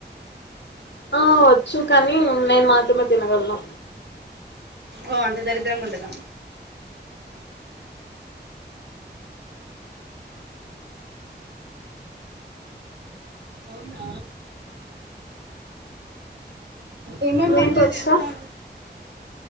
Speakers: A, on the left; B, on the right.
A: ఆ వచ్చు కానీ నేను మాత్రమే తినగలను.
B: ఓ అంత దరిద్రంగుంటదా. అవునా ఏమేం
A: మీకొచ్చా
B: వంటలు చేస్తారు